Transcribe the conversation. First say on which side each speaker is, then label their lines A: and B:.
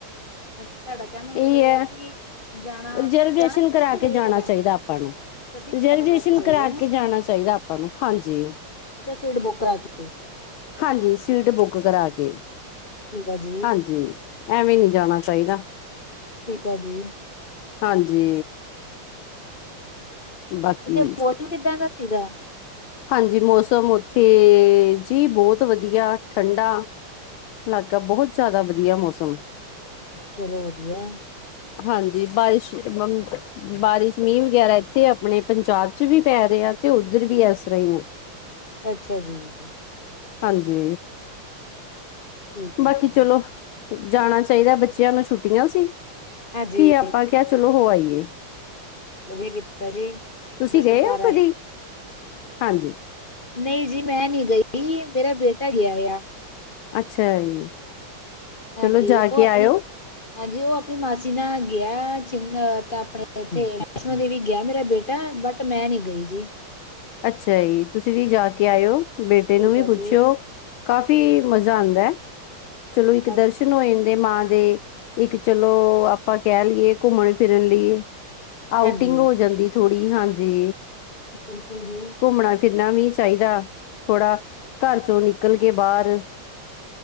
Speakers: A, on the left; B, on the left.
A: ਤੁਹਾਡਾ ਕਹਿਣ ਦਾ ਮਤਲਬ
B: ਇਹ ਐ,
A: ਹੈ ਕਿ ਜਾਣਾ
B: ਰਿਜਰਵੇਸ਼ਨ
A: ਜਾਣਾ ਕਿਹਦੇ
B: ਕਰਾ
A: ਚ
B: ਕੇ
A: ਰਹੇਗਾ
B: ਜਾਣਾ
A: ਬੈਟਰ
B: ਚਾਹੀਦੈ ਆਪਾਂ ਨੂੰ।
A: ਗੱਡੀ ਚ
B: ਰਿਜ਼ਰਵੇਸ਼ਨ
A: ਜਾਣਾ ਬੈਟਰ ਰਹੇਗਾ
B: ਕਰਾ
A: ਹੈਂ
B: ਕੇ ਜਾਣਾ ਚਾਹੀਦੈ ਆਪਾਂ ਨੂੰ ਹਾਂਜੀ।
A: ਅੱਛਾ ਸੀਟ ਬੁੱਕ ਕਰਾ ਕੇ
B: ਹਾਂਜੀ ਸੀਟ ਬੁੱਕ ਕਰਾ ਕੇ।
A: ਠੀਕ ਆ ਜੀ
B: ਹਾਂਜੀ ਐਂਵੇ ਨੀ ਜਾਣਾ ਚਾਹੀਦਾ।
A: ਠੀਕ ਆ ਜੀ।
B: ਹਾਂਜੀ। ਬਾਕੀ
A: ਉੱਥੇ ਮੌਸਮ ਕਿੱਦਾ ਦਾ ਸੀਗਾ?
B: ਹਾਂਜੀ ਮੌਸਮ ਤੇ ਜੀ ਬੋਤ ਵਧੀਆ ਠੰਡਾ ਇਲਾਕਾ ਬਹੁਤ ਜ਼ਿਆਦਾ ਵਧੀਆ ਮੌਸਮ
A: ਚਲੋ ਵਧੀਐ।
B: ਹਾਂਜੀ ਬਾਰਿਸ਼ ਬਾਰਿਸ਼ ਮੀਹ ਵਗੈਰਾ ਇੱਥੇ ਆਪਣੇ ਪੰਜਾਬ ਚ ਵੀ ਪੈ ਰਿਐ ਤੇ ਉੱਧਰ ਵੀ ਇਸਰ੍ਹਾ ਈ
A: ਅੱਛਾ ਜੀ!
B: ਹਾਂਜੀ
A: ਠੀਕ ਆ
B: ਬਾਕੀ
A: ਜੀ
B: ਚਲੋ ਜਾਣਾ ਚਾਹੀਦੈ ਬੱਚਿਆ ਨੂੰ ਛੁੱਟੀਆ ਸੀ
A: ਹਾਂਜੀ
B: ਕਿ ਆਪਾਂ ਕਿਆ ਚਲੋ ਹੋ ਆਈਏ।
A: ਵਧੀਆ ਕੀਤਾ ਜੀ
B: ਤੁਸੀਂ
A: ਦਰਸ਼ਨ
B: ਗਏ
A: ਕਰ
B: ਹੋ ਕਦੀ
A: ਆਏ।
B: ਹਾਂਜੀ
A: ਨਈ ਜੀ ਮੈ ਨੀ ਗਈ, ਮੇਰਾ ਬੇਟਾ ਗਿਆ ਏ ਆ।
B: ਅੱਛਾ ਜੀ
A: ਹਾਂਜੀ
B: ਚਲੋ ਜਾ
A: ਉਹ
B: ਕੇ
A: ਆਪਣੇ
B: ਆਇਓ
A: ਹਾਂਜੀ ਉਹ ਆਪਣੀ ਮਾਸੀ ਨਾਲ ਗਿਆ ਚਿੰਨ ਤਾ ਆਪਣੇ ਇੱਥੇ ਵੈਸ਼ਨੋ ਦੇਵੀ ਗਿਆ ਮੇਰਾ ਬੇਟਾ ਬਟ ਮੈ ਨੀ ਗਈ ਜੀ।
B: ਅੱਛਾ ਜੀ ਤੁਸੀ ਵੀ ਜਾ ਕੇ ਆਇਓ, ਬੇਟੇ
A: ਠੀਕ
B: ਨੂੰ ਵੀ
A: ਆ
B: ਪੁੱਛਿਓ
A: ਜੀ
B: ਕਾਫੀ ਮਜ਼ਾ ਆਂਦੈ, ਚਲੋ ਇੱਕ
A: ਹਾਂਜੀ
B: ਦਰਸ਼ਨ ਹੋ ਜਂਦੇ ਮਾਂ ਦੇ ਇੱਕ ਚਲੋ ਆਪਾਂ ਕਹਿ ਲਈਏ ਘੁੰਮਣ ਫਿਰਨ ਲਈ ਆਊਟਿੰਗ
A: ਹਾਂਜੀ।
B: ਹੋ ਜਾਂਦੀ ਥੋੜ੍ਹੀ ਹਾਂਜੀ।
A: ਬਿਲਕੁਲ ਜੀ।
B: ਘੁੰਮਣਾ ਫਿਰਨਾ ਵੀ ਚਾਹੀਦਾ, ਥੋੜਾ ਘਰ ਚੋ ਨਿਕਲ ਕੇ ਬਾਰ